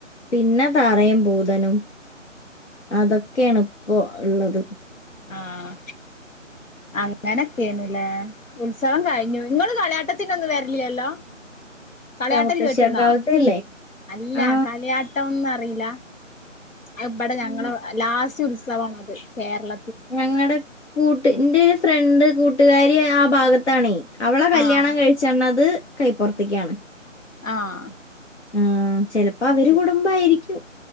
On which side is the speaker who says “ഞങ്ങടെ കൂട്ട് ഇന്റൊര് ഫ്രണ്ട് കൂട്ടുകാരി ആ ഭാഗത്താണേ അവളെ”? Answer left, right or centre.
Left